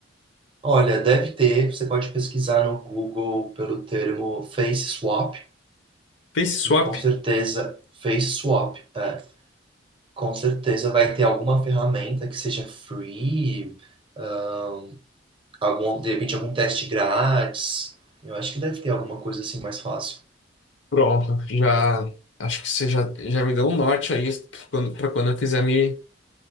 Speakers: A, on the right; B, on the left.
A: Olha, deve ter, você pode pesquisar no Google pelo termo face swap,
B: Face
A: que
B: swap.
A: com certeza, face swap, é, com certeza vai ter alguma ferramenta que seja free, ah, algum, de repente algum teste grátis. Eu acho que deve ter alguma coisa assim mais fácil.
B: Pronto, já acho que você já, já me deu um norte aí quando, para quando eu quiser me